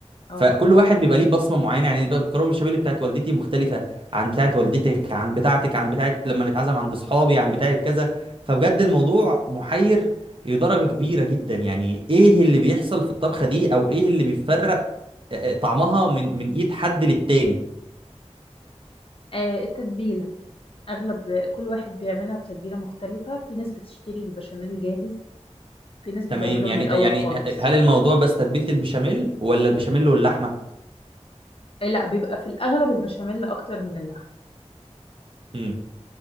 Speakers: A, on the left (about 50°); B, on the right (about 50°).
A: اه
B: فكل واحد بيبقى ليه بصمه معينه يعني بقى الكروب الشمالي بتاعت والدتي مختلفه عن بتاعت والدتك عن بتاعتك عن بتاعت لما نتعزم عند اصحابي عن بتاعت كذا فبجد الموضوع محير لدرجه كبيره جدا يعني ايه اللي بيحصل في الطبخه دي او ايه اللي بيفرق آه، آه، طعمها من من ايد حد للتاني
A: آه، التتبيلة اغلب كل واحد بيعملها بتتبيله مختلفه في ناس بتشتري البشاميل جاهز في ناس بتعمله
B: تمام يعني
A: من الاول
B: يعني
A: خالص
B: هل الموضوع بس تتبيله البشاميل ولا البشاميل واللحمه
A: إيه لا بيبقى في الاغلب البشاميل اكتر من اللحم
B: امم